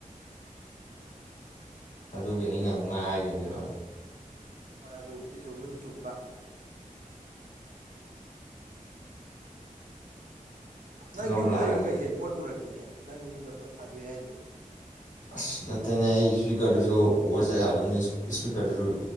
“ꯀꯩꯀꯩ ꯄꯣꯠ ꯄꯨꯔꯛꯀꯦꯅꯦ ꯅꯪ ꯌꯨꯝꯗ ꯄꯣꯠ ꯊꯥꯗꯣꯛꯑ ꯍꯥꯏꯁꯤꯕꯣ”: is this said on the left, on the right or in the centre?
Right